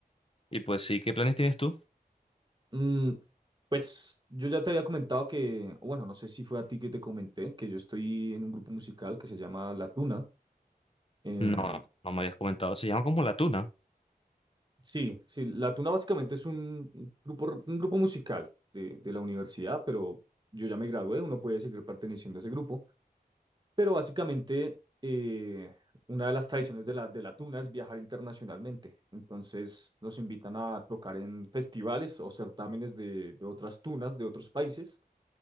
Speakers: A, on the left; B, on the right.
A: Y pues sí, ¿qué planes tienes tú?
B: Mm, pues yo ya te había comentado que, o bueno, no sé si fue a ti que te comenté, que yo estoy en un grupo musical que se llama La Tuna. Em,
A: No, no me habías comentado, se llama como La Tuna.
B: sí, sí, La Tuna básicamente es un, un grupo, r- un grupo musical de, de la universidad, pero yo ya me gradué, uno puede seguir perteneciendo a ese grupo. Pero básicamente eh, una de las tradiciones de la, de La Tuna es viajar internacionalmente. Entonces nos invitan a tocar en festivales o certámenes de de otras tunas, de otros países